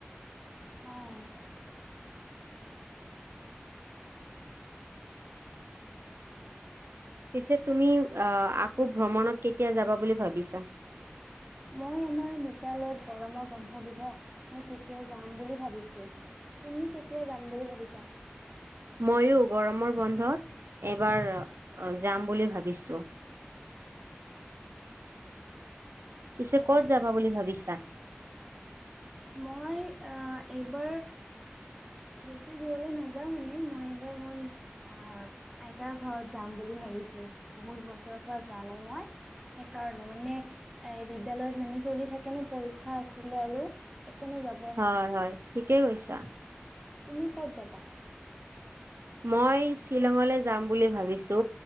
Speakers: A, in the centre; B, on the right.
A: অঁ।
B: পিছে তুমি আহ আকৌ ভ্ৰমণত কেতিয়া যাবা বুলি ভাবিছা?
A: মই আমাৰ বিদ্যালয়ত গৰমৰ বন্ধ দিব মই তেতিয়া যাম বুলি ভাবিছো। তুমি কেতিয়া যাম বুলি ভাবিছা?
B: মইয়ো গৰমৰ বন্ধত এইবাৰ যাম বুলি ভাবিছো। পিছে
A: অ'।
B: কত যাবা বুলি ভাবিছা?
A: মই অ এইবাৰ বেছি দূৰলৈ নাযাওঁ মানে মই এইবাৰ মোৰ আঁ আইতাৰ ঘৰত যাম বুলি ভাবিছো বহুত বছৰৰ পৰা যোৱা নাই মই। সেইকাৰণে মানে এ বিদ্যালয়ত মানে চলি থাকে ন পৰীক্ষা খোলে আৰু সেইকাণে যা
B: হয় হয়। ঠিকেই কৈছা।
A: তুমি ক'ত যাবা?
B: মই শ্বিলঙলে যাম বুলি ভাবিছো।